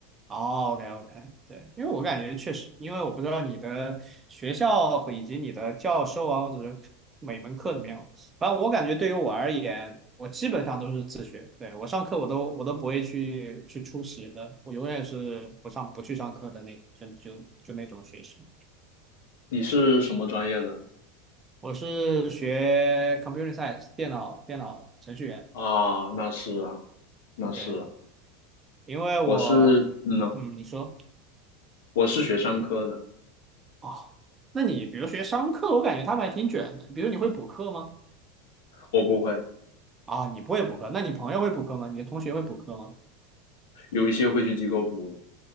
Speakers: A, on the right; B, on the left.
A: 哦，OK OK，对，因为我感觉确实，因为我不知道你的学校和以及你的教授啊，或者是每门课怎么样，反正我感觉对于我而言，我基本上都是自学，对，我上课我都我都不会去去出席的，我永远是不上不去上课的那就就就那种学生。
B: 你是什么专业的？
A: 我是学 computer science 电脑电脑的程序员，
B: 啊，那是啊，那是啊，
A: 对，因为我嗯，
B: 我是，嗯呐，
A: 你说
B: 我是学商科的，
A: 哦，那你比如学商课，我感觉他们还挺卷的，比如你会补课吗？
B: 我不会，
A: 啊，你不会补课，那你朋友会补课吗？你的同学会补课吗？
B: 有一些会去机构补，